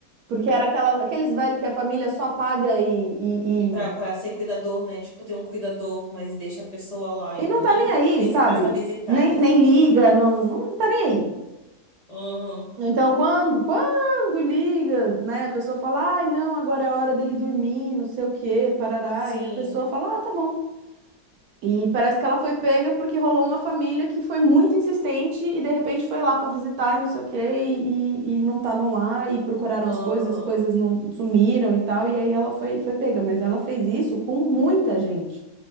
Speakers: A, on the right; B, on the left.
A: porque era aquela, aqueles velhos que a família só paga e, e,
B: E pra,
A: e,
B: pra ser cuidador, né? Tipo, tem um cuidador, mas deixa a pessoa lá e
A: e
B: não,
A: não
B: nem,
A: tá nem aí,
B: nem
A: sabe?
B: se presta a visitar.
A: Nem, nem liga, não, não tá nem aí.
B: Aham,
A: Então, quando, quando liga, né, a pessoa fala, ai, não, agora é hora dele dormir, não sei o quê, parará,
B: sim,
A: e a pessoa fala, ah, tá bom. E parece que ela foi pega porque rolou uma família que foi muito insistente e de repente foi lá pra visitar e não sei o quê, e, e, e não estavam lá e procuraram
B: aham,
A: as coisas, as coisas não sumiram e tal, e aí ela foi, foi pega, mas ela fez isso com muita gente